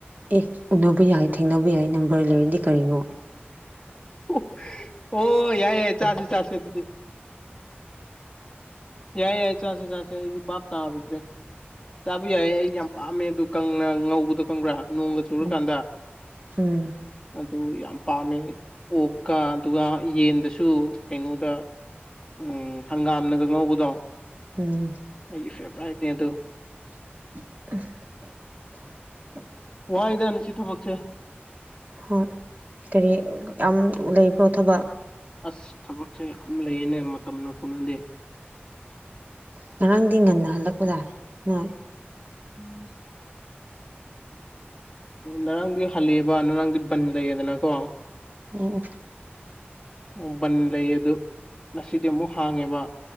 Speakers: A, on the right (about 45°); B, on the left (about 20°).
A: ꯑꯦ ꯎꯅꯕ ꯌꯥꯏ ꯊꯦꯡꯅꯕ ꯌꯥꯏ ꯅꯝꯕꯔ ꯂꯩꯔꯗꯤ ꯀꯔꯤꯅꯣ꯫
B: <unintelligible> ꯑꯣ ꯌꯥꯏ ꯌꯥꯏ ꯆꯥꯁꯦ ꯆꯥꯁꯦ ꯑꯗꯨꯗꯤ꯫ ꯌꯥꯏ ꯌꯥꯏ ꯆꯥꯁꯦ ꯆꯥꯁꯦ ꯑꯗꯨꯗꯤ ꯕꯥꯞ ꯇꯥꯔꯨꯗ꯭ꯔꯦ꯫ ꯆꯥꯕ ꯌꯥꯏꯌꯦ ꯑꯩ ꯌꯥꯝ ꯄꯥꯝꯃꯦ ꯑꯗꯨ ꯀꯪꯅ ꯉꯧꯕꯗꯣ ꯈꯪꯕ꯭ꯔꯥ ꯅꯣꯡꯒ ꯆꯨꯔꯀꯥꯟꯗ꯫
A: ꯎꯝ ꯎꯝ
B: ꯑꯗꯨ ꯌꯥꯝ ꯄꯥꯝꯃꯦ ꯑꯩ ꯑꯣꯛꯀ ꯗꯨꯒ ꯌꯦꯟꯗꯁꯨ ꯀꯩꯅꯣꯗ ꯎꯝ ꯍꯪꯒꯥꯝꯅꯒ ꯉꯧꯕꯗꯣ꯫
A: ꯎꯝ
B: ꯑꯩꯒꯤ ꯐꯦꯚ꯭ꯔꯥꯏꯠꯅꯦ ꯑꯗꯨ꯫
A: <unintelligible>
B: ꯋꯥꯏꯗ ꯉꯁꯤ ꯊꯕꯛꯁꯦ꯫
A: ꯍꯣꯏ꯫ ꯀꯔꯤ ꯌꯥꯝ ꯂꯩꯕ꯭ꯔꯣ ꯊꯕꯛ?
B: ꯑꯁ ꯊꯕꯛꯁꯦ ꯌꯥꯝ ꯂꯩꯌꯦꯅꯦ ꯃꯇꯝꯅ ꯀꯣꯅꯗꯦ꯫
A: ꯉꯔꯥꯡꯗꯤ ꯉꯟꯅ ꯍꯜꯂꯛꯄꯗꯥꯏ ꯅꯣꯏ?
B: <unintelligible> <unintelligible> ꯅꯔꯥꯡꯗꯤ ꯍꯜꯂꯛꯑꯦꯕ ꯅꯔꯥꯡꯗꯤ ꯕꯟ ꯂꯩꯌꯦꯗꯅꯀꯣ꯫
A: ꯑꯣ ꯑꯣ
B: ꯎꯝ ꯕꯟ ꯂꯩ ꯑꯗꯨ ꯉꯁꯤꯗꯤ ꯑꯃꯨꯛ ꯍꯥꯡꯉꯦꯕ꯫